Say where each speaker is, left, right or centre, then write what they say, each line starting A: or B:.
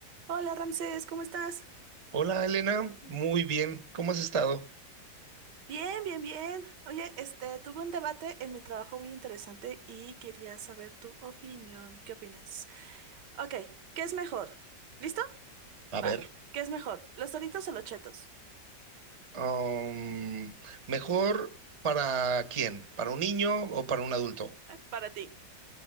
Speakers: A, on the right; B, on the right.
A: Hola Ramsés, ¿cómo estás?
B: Hola Elena, muy bien, ¿cómo has estado?
A: Bien, bien, bien. Oye, este, tuve un debate en mi trabajo muy interesante y quería saber tu opinión. ¿Qué opinas? Ok, ¿qué es mejor? ¿Listo?
B: A ver,
A: Va. ¿Qué es mejor? ¿Los Doritos o los Chetos? <laughs>
B: Am, ¿mejor para quién? ¿Para un niño o para un adulto?
A: Para ti.